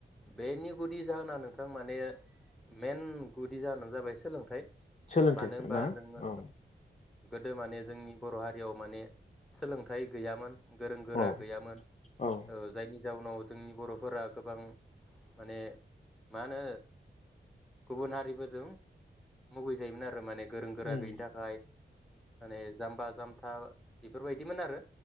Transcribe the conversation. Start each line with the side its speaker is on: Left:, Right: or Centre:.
Centre: बेनि गुदि जाहोनानो बिथां माने मेन गुदि जाहोनानो जाबाय सोलोंथाइ
Left: सोलोंथाइ
Centre: मानो
Left: स
Centre: होनबा
Left: ना
Centre: जोङो
Left: औ
Centre: गोदो माने जोंनि बर' हारियाव माने सोलोंथाइ गैयामोन। गोरों गोरा
Left: औ
Centre: गैयामोन
Left: औ
Centre: ओ जायनि जाउनाव जोंनि बर' फोरा गोबां माने मा होनो गुबुन हारिफोरजों मुगैजायोमोन आरो माने गोरों गोरा
Left: उम
Centre: गैयिनि थाखाय माने जाम्बा <unintelligible> बेफोरबायदिमोन आरो